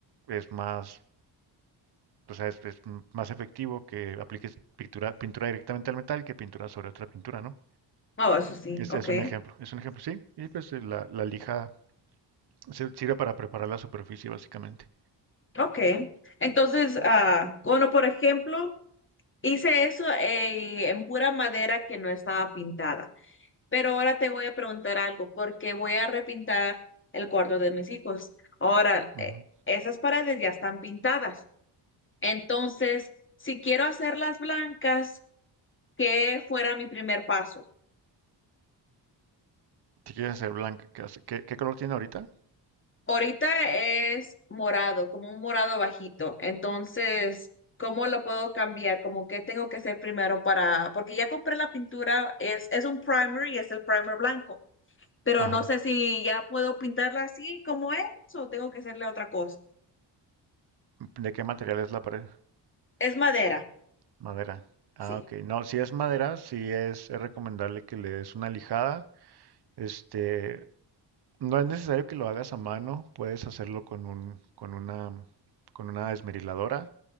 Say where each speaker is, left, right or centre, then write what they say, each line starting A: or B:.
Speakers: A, on the right (about 60°); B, on the left (about 25°).
A: es más, o sea, es, es más efectivo que apliques pintura, pintura directamente al metal que pintura sobre otra pintura, ¿no?
B: Oh, eso sí,
A: Este
B: ok.
A: es un ejemplo, es un ejemplo, sí. Y pues eh, la, la lija se- sirve para preparar la superficie, básicamente.
B: Ok. Entonces, ah, bueno, por ejemplo. Hice eso eh, en pura madera que no estaba pintada. Pero ahora te voy a preguntar algo, porque voy a repintar el cuarto de mis hijos. Ahora,
A: Ujú.
B: eh, esas paredes ya están pintadas. Entonces, si quiero hacerlas blancas, ¿qué fuera mi primer paso?
A: Si quieres hacer blanca, ¿qué, hace- qué- qué color tiene ahorita?
B: Ahorita es morado, como un morado bajito. Entonces, ¿cómo lo puedo cambiar? Como qué tengo que hacer primero para, porque ya compré la pintura, es, es un primer y es el primer blanco pero
A: Ajá.
B: no sé si ya puedo pintarla así como es o tengo que hacerle otra cosa.
A: ¿De qué material es la pared?
B: Es madera,
A: Madera. Ah,
B: sí.
A: ok. No, si es madera, sí es, es recomendable que le des una lijada. Este, No es necesario que lo hagas a mano, puedes hacerlo con un, con una, con una esmeriladora,